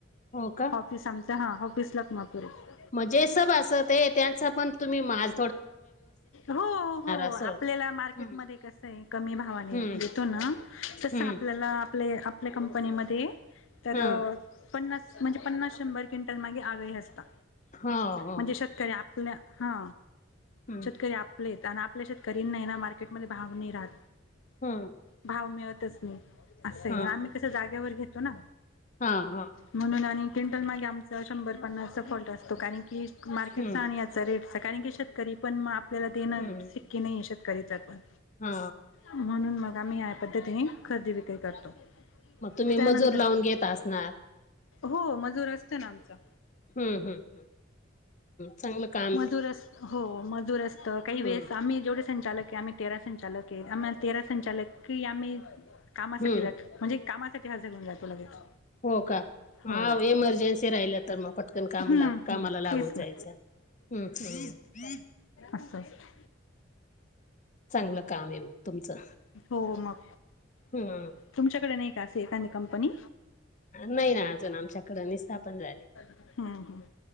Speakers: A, on the left; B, on the left.
A: हो का
B: ऑफिस आमच हा ऑफिस लखमापूर आहे
A: मणजे सब असत ते त्यांचा पण तुम्ही माझ
B: हो हो
A: असं.
B: आपल्याला मार्केटमध्ये
A: हम्म.
B: कस आहे कमी भावाने
A: हम्म
B: देतो ना तस
A: हम्म
B: आपल्याला आपल्या आपल्या कंपनीमध्ये तर
A: हा
B: पन्नास म्हणजे पन्नास शंभर क्विंटल मागे ऑर्डर ही असता
A: हो हो
B: म्हणजे शेतकरी आपल्या हा
A: हम्
B: ते आपले आणि आपल्या शेतकरीन नाही ना मार्केटमध्ये भाव नाही राहत
A: हम्म
B: भाव मिळतच नाही असं आहे
A: हा.
B: आम्ही कस जागेवर घेतो ना
A: हा हा
B: म्हणून आणि क्विंटल मागे आमचा शंभर पन्नासचा फॉल्ट असतो कारण की मार्केटचा
A: हम्म
B: आणि हेचा रेटचा कारण की शेतकरी पण मा आपल्या देणं
A: हम्म
B: शक्य नाहीे शेतकरीच पण
A: हा
B: म्हणून मग आम्ही या पद्धतीने खरेदी विक्री करतो
A: मग तुम्ही
B: त्यानंतर
A: मजूर लावून घेता असणार
B: हो मजूर असतो ना आमचा
A: हम्म हम् हम् चांगलं का --
B: मजूर अस हो मजूर असत काही
A: हम्म
B: वेळेस आम्ही जेवढे संचालक आहे आम्ही तेरा संचालक आहे आम्हाला तेरा संचालकी आम्ही कामासाठी
A: हम्म
B: लाग- - म्हणजे कामासाठी हजर होऊन जातो लगेच
A: हो का
B: हो
A: हा एमर्जन्सी राहिले तर मग पटकन कामला
B: हम्म हम्म
A: कामाला लागून
B: तेच ना
A: जायचं हम् हम
B: अस असता
A: चांगलं काम आहे मग तुमचं
B: हो मग
A: हम्म
B: तुमच्याकडे नाही का असे एखादी कंपनी
A: नाही ना अजून आमच्याकड नि स्थापन झाली.
B: हम हम